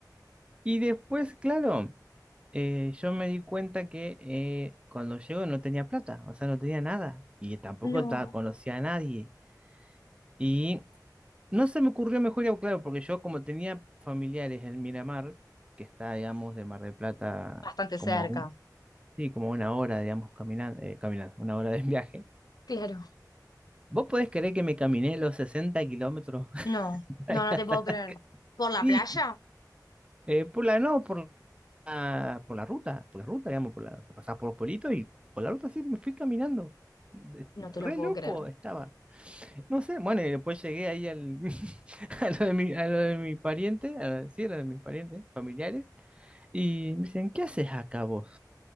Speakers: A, on the right; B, on the left.
A: Y después, claro, eh, yo me di cuenta que eh, cuando llego no tenía plata, o sea, no tenía nada y tampoco
B: no.
A: ta- conocía a nadie. Y No se me ocurrió mejor, ya, claro, porque yo como tenía familiares en Miramar, que está, digamos, de Mar del Plata
B: bastante cerca.
A: como a un, sí, como a una hora, digamos, caminando, eh, caminando, una hora de viaje.
B: Claro.
A: ¿Vos podés creer que me caminé los 60 kilómetros <laughs>
B: No,
A: para
B: no,
A: ir
B: no
A: hasta
B: te puedo creer. ¿Por la
A: ahí?
B: playa?
A: Eh, por la, no, por la, por la ruta, por la ruta, digamos, por la, o sea, pasás por los pueblitos y por la ruta sí me fui caminando. De-
B: No
A: Re
B: te lo puedo
A: loco
B: creer.
A: estaba. No sé, bueno, y después llegué ahí al, <laughs> a lo de mi, a lo de mi pariente, a, sí, a lo de mis parientes, familiares. Y me dicen, ¿qué haces acá vos?